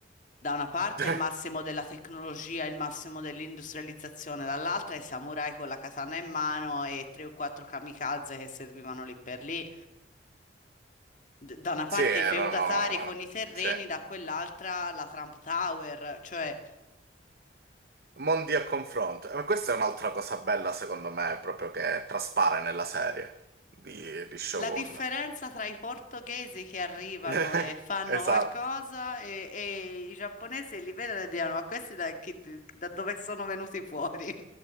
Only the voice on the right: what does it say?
<laughs>
Sì, erano...
Sì.
Mondi a confronto. Ma questa è un'altra cosa bella, secondo me, proprio che traspare nella serie di, di Shogun.
<laughs>
Esatto,